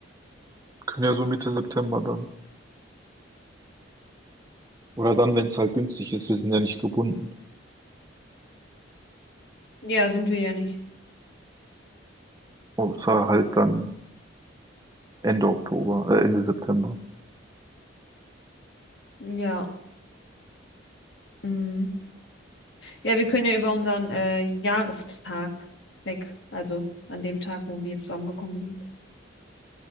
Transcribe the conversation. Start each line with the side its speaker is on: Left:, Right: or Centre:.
Right: können ja so Mitte September dann. Oder dann, wenn es halt günstig ist, wir sind ja nicht gebunden.
Left: Ja, sind wir ja nicht.
Right: Außer halt dann Ende Oktober, äh, Ende September.
Left: Ja. Mhm. Ja, wir können ja über unseren äh, Jahrestag weg. Also an dem Tag, wo wir zusammengekommen sind.